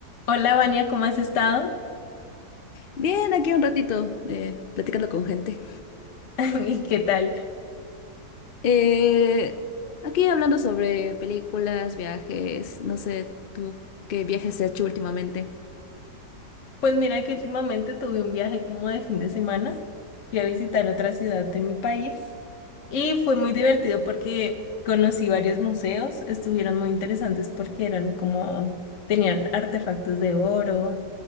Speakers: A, on the left (about 50°); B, on the left (about 80°).
A: Hola, Vania, ¿cómo has estado?
B: Bien, aquí un ratito, eh, platicando con gente.
A: <laughs> ¿Y qué tal?
B: Eh, aquí hablando sobre películas, viajes, no sé, tú, ¿qué viajes has hecho últimamente?
A: Pues mira que últimamente tuve un viaje como de fin de semana. Fui a visitar otra ciudad de mi país y fue muy divertido porque conocí varios museos. Estuvieron muy interesantes porque eran como, tenían artefactos de oro.